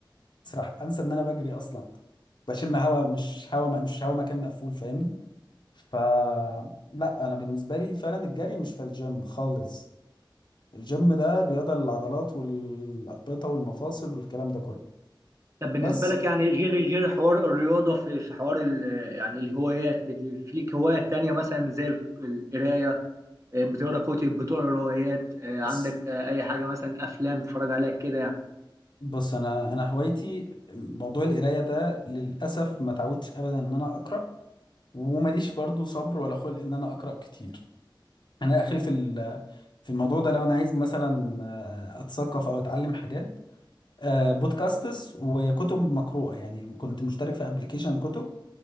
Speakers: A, on the left (about 65°); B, on the right (about 35°).
A: اسرح انسى ان انا بجري اصلا بشم هوا مش هوا مش هوا مكان مقفول فاهمني ف لا انا بالنسبه لي فعلا الجري مش في الجيم خالص الجيم ده رياضه للعضلات والاربطه والمفاصل والكلام ده كله
B: طب بالنسبه
A: بس
B: لك يعني غير غير حوار الرياضه في في حوار ال- يعني الهوايات بت- في ليك هوايات تانية مثلا زي ال- القرايه آه، بتقرا كتب بتقرا روايات آه، عندك
A: بص
B: آه، اي حاجه مثلا افلام تتفرج عليها كده يعني
A: بص انا انا هوايتي موضوع القرايه ده للاسف ما تعودتش ابدا ان انا اقرا ومليش برضو صبر ولا خلق ان انا اقرا كتير انا اخري في ال- في الموضوع ده لو انا عايز مثلا آه، اتثقف او اتعلم حاجات آه، بودكاستس وكتب مقروءه يعني كنت مشترك في ابلكيشن كتب